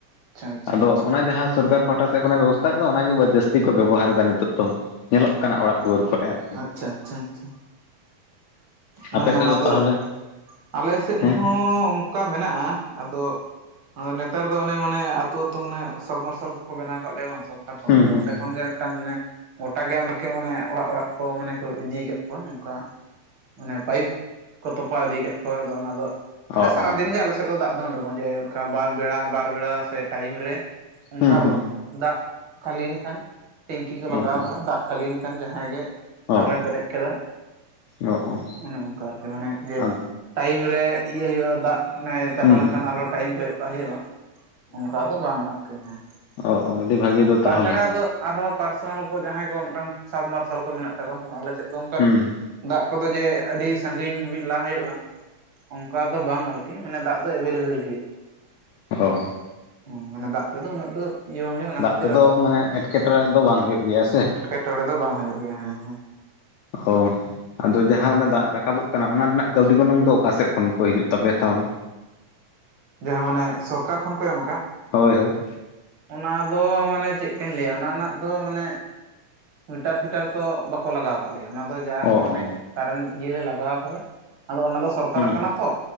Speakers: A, on the right; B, on the left.
A: ᱟᱪᱪᱷᱟ
B: ᱟᱫᱚ
A: ᱟᱪᱪᱷᱟ ᱟᱪᱪᱷᱟ ᱟᱪᱪᱷᱟ
B: ᱚᱱᱟ ᱡᱟᱦᱟᱸ ᱥᱚᱨᱠᱟᱨ ᱯᱟᱦᱴᱟ ᱥᱮᱫ ᱠᱷᱚᱱᱟᱜ ᱵᱮᱵᱚᱥ ᱛᱟ ᱠᱟᱫᱟ ᱚᱱᱟᱜᱮ ᱡᱟᱹᱥᱛᱤ ᱠᱚ ᱵᱮᱵᱚᱦᱟᱨᱮᱫᱟ ᱱᱤᱛᱚᱜ ᱫᱚ ᱧᱮᱞᱚᱜ ᱠᱟᱱᱟ ᱚᱲᱟᱜ ᱫᱩᱣᱟᱹᱨ ᱠᱷᱚᱮᱨ ᱾
A: ᱟᱪᱷᱟ ᱟᱪᱷᱟ ᱟᱪᱷᱟ ᱢᱟᱱᱮ
B: ᱟᱯᱮ ᱥᱮᱫ
A: ᱚᱱᱟ ᱫᱚ
B: ᱛᱟᱦᱚᱞᱮ
A: ᱟᱞᱮ ᱥᱮᱫ
B: ᱦᱮᱸ
A: ᱦᱚᱸ ᱚᱱᱠᱟ ᱢᱮᱱᱟᱜᱼᱟ ᱟᱫᱚ ᱟᱫᱚ ᱱᱮᱛᱟᱨ ᱫᱚ ᱚᱱᱮ ᱢᱟᱱᱮ ᱟᱹᱛᱩ ᱟᱹᱛᱩ ᱢᱟᱱᱮ ᱥᱟᱵᱢᱟᱨᱥᱟᱞ ᱠᱚᱠᱚ ᱵᱮᱱᱟᱳ ᱠᱟᱫ ᱞᱮᱭᱟ ᱵᱟᱝ ᱥᱚᱨᱠᱟᱨ ᱠᱷᱚᱱ
B: ᱦᱩᱸ
A: ᱟᱫᱚ
B: ᱦᱩᱸ
A: ᱚᱸᱰᱮ ᱠᱷᱚᱱᱜᱮ ᱢᱤᱫᱴᱟᱝ ᱚᱱᱮ ᱜᱚᱴᱟ ᱜᱮᱢ ᱨᱮᱠ ᱢᱟᱱᱮ ᱚᱲᱟᱜ ᱚᱲᱟᱜ ᱠᱚ ᱢᱟᱱᱮ ᱠᱚ ᱤᱫᱤᱭᱟᱠᱟᱫ ᱠᱟᱜᱠᱚᱣᱟ ᱚᱝᱠᱟ ᱢᱚᱱᱮ ᱯᱟᱭᱤᱯ ᱠᱚ ᱛᱚᱯᱟᱣ ᱤᱫᱤ ᱠᱟᱫ ᱠᱚᱣᱟ ᱟᱫᱚ ᱚᱱᱟ ᱫᱚ ᱢᱟᱱᱮ
B: ᱚ
A: ᱥᱟᱨᱟᱫᱤᱱ
B: ᱚ
A: ᱜᱮ ᱟᱞᱮ ᱥᱮᱫ ᱫᱚ ᱫᱟᱜ ᱫᱚ ᱳᱰᱳᱝᱚᱜᱼᱟ ᱡᱮ ᱚᱱᱠᱟ ᱵᱟᱨ ᱵᱮᱲᱟ ᱵᱟᱨ ᱵᱮᱲᱟ ᱥᱮ ᱴᱟᱭᱤᱢ ᱨᱮ ᱚᱱᱠᱟ
B: ᱦᱩᱸ
A: ᱫᱚ
B: ᱦᱩᱸ
A: ᱵᱟᱝ ᱫᱟᱜ ᱠᱷᱟᱞᱤ ᱮᱱ ᱠᱷᱟᱱ ᱴᱮᱝᱠᱤ ᱠᱚ ᱞᱟᱜᱟᱣ
B: ᱚ ᱚ
A: ᱠᱟᱫᱟ ᱫᱟᱜ ᱠᱷᱟᱹᱞᱤᱭᱮᱱ ᱠᱷᱟᱱ ᱡᱟᱦᱟᱸᱭ ᱜᱮ
B: ᱚ
A: ᱟᱨᱦᱚᱭ ᱯᱮᱨᱮᱡ ᱠᱮᱫᱟ
B: ᱚ ᱚ
A: ᱚᱱᱮ ᱚᱱᱠᱟ ᱟᱨᱠᱤ ᱢᱟᱱᱮ ᱡᱮ
B: ᱚ
A: ᱴᱟᱭᱤᱢ ᱨᱮ ᱤᱭᱟᱹ ᱦᱳᱭᱳᱜᱼᱟ ᱫᱟᱜ ᱚᱱᱮ ᱪᱟᱵᱟ
B: ᱦᱩᱸ
A: ᱞᱮᱱᱠᱷᱟᱱ
B: ᱦᱩᱸ
A: ᱟᱨᱦᱚᱸ ᱴᱟᱭᱤᱢ ᱠᱚᱭᱚᱜ ᱠᱟᱭ ᱦᱩᱭ ᱟᱢᱟ ᱾ ᱚᱱᱠᱟ ᱫᱚ ᱵᱟᱝ ᱟᱨᱠᱤ ᱦᱮᱸ <inaudible>
B: ᱚ ᱚ ᱟᱹᱰᱤ ᱵᱷᱟᱹᱜᱤ
A: ᱟᱫᱚ
B: ᱫᱚ
A: ᱛᱟᱪᱷᱟᱲᱟ
B: ᱛᱟᱦᱚᱞᱮ
A: ᱟᱫᱚ ᱟᱨᱦᱚᱸ ᱯᱟᱨᱥᱚᱱᱟᱞ ᱠᱚ ᱡᱟᱦᱟᱸᱭ ᱠᱚ ᱢᱤᱫᱴᱟᱝ ᱥᱟᱵᱢᱟᱨᱥᱟᱞ ᱠᱚ ᱢᱮᱱᱟᱜ ᱛᱟᱠᱚᱣᱟ ᱥᱮ ᱟᱞᱮ ᱥᱮᱫ ᱫᱚ ᱚᱱᱠᱟ
B: ᱦᱩᱸ
A: ᱫᱟᱜ ᱠᱚᱫᱚ ᱡᱮ ᱟᱹᱰᱤ ᱥᱟᱺᱜᱤᱧ ᱦᱟᱹᱵᱤᱡ ᱞᱟ ᱦᱳᱭᱳᱜᱼᱟ ᱚᱱᱠᱟ ᱫᱚ ᱵᱟᱝ ᱟᱨᱠᱤ ᱢᱟᱱᱮ ᱫᱟᱜ ᱫᱚ ᱮᱵᱮᱞᱮᱵᱮᱞ ᱜᱮᱭᱟ
B: ᱚᱦᱚ
A: ᱚᱸ ᱢᱟᱱᱮ ᱫᱟᱜ ᱛᱮᱫᱚ ᱩᱱᱟᱹᱜ ᱫᱚ ᱤᱭᱟᱹ ᱵᱟᱝ ᱦᱩᱭᱩᱜᱼᱟ ᱚᱱᱟ
B: ᱫᱟᱜ
A: ᱠᱷᱟᱹᱛᱤᱨ
B: ᱛᱮᱫᱚ
A: ᱟᱫᱚ
B: ᱢᱟᱱᱮ ᱮᱸᱴᱠᱮᱴᱚᱬᱮ ᱫᱚ ᱵᱟᱝ ᱦᱳᱭᱳᱜ ᱜᱮᱭᱟ ᱥᱮ
A: ᱮᱴᱠᱚᱬᱮ ᱫᱚ ᱵᱟᱝ ᱦᱳᱭᱳᱜ ᱜᱮᱭᱟ ᱦᱮᱸ ᱦᱮᱸ
B: ᱚᱦᱚ ᱟᱫᱚ ᱡᱟᱦᱟᱸ ᱚᱱᱟ ᱫᱟᱜ ᱨᱟᱠᱟᱵᱚᱜ ᱠᱟᱱᱟ ᱚᱱᱟ ᱨᱮᱱᱟᱜ ᱠᱟᱹᱣᱰᱤ ᱜᱚᱱᱚᱝ ᱫᱚ ᱚᱠᱟᱥᱮᱫ ᱠᱷᱚᱱ ᱠᱚ ᱦᱤᱡᱩᱜ ᱛᱟᱯᱮᱭᱟ ᱛᱟᱦᱚᱞᱮ
A: ᱡᱟᱦᱟᱸ ᱢᱟᱱᱮ ᱥᱚᱨᱠᱟᱨ ᱠᱷᱚᱱ ᱠᱚ ᱮᱢ ᱟᱠᱟᱜ ᱾
B: ᱦᱳᱭ ᱦᱳᱭ
A: ᱚᱱᱟ ᱫᱚ ᱢᱟᱱᱮ ᱪᱮᱫ ᱞᱮᱠᱟᱧ ᱞᱟᱹᱭᱟ ᱚᱱᱟ ᱨᱮᱱᱟᱜ ᱫᱚ ᱢᱟᱱᱮ ᱢᱤᱴᱟᱨ ᱯᱷᱤᱴᱟᱨ ᱛᱚ ᱵᱟᱠᱚ ᱞᱟᱜᱟᱣ ᱠᱟᱜ ᱞᱮᱭᱟ ᱚᱱᱟ ᱫᱚ ᱡᱟᱜᱮ
B: ᱚ
A: ᱢᱟᱱᱮ
B: ᱚ
A: ᱠᱟᱨᱮᱱ ᱤᱭᱟᱹ ᱞᱮ ᱞᱟᱜᱟᱣ ᱠᱟᱫᱟ ᱟᱫᱚ ᱚᱱᱟ ᱫᱚ ᱥᱚᱨᱠᱟᱨᱟᱜ
B: ᱦᱩᱸ
A: ᱠᱟᱱᱟ ᱛᱚ